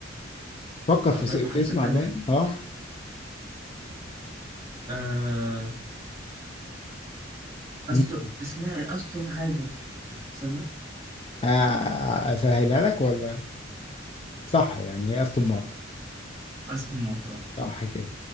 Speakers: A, on the left; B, on the right.
A: فكر في,
B: عربية
A: س-
B: بحرف
A: في اسم
B: الألف
A: عربية اه
B: آه أستو
A: مم.
B: اسمها إيه؟ أستون حاجة استنى
A: آه، اسهلها لك ولا صح يعني هي استون مارتن
B: أستون مارتن اه
A: صح كده